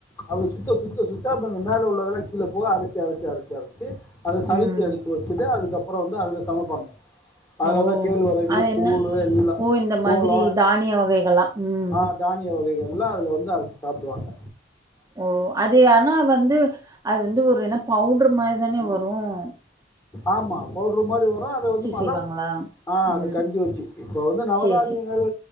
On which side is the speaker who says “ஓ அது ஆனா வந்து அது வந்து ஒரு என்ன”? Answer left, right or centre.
Right